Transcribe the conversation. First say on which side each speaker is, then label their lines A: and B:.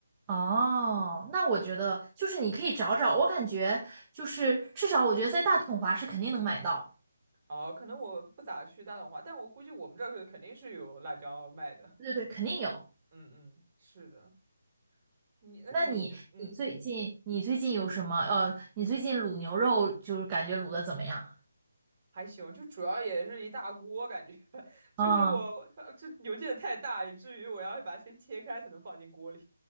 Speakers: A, on the right; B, on the right.
A: 哦，那我觉得就是你可以找找，
B: 嗯嗯。
A: 我感觉就是至少我觉得在大统华是肯定能买到，
B: 哦，可能我不咋去大董华，但我估计我们这儿可肯定是有辣椒卖的。
A: 对对对，肯定有。
B: 嗯嗯，是的，你那你就嗯
A: 那你你最近你最近有什么？呃，你最近卤牛肉就是感觉卤的怎么样？
B: 还行，就主要也是一大锅，感觉 <laughs> 就是我呃这邮件太大，
A: 哦
B: 以至于我要把它先切开才能放进锅里。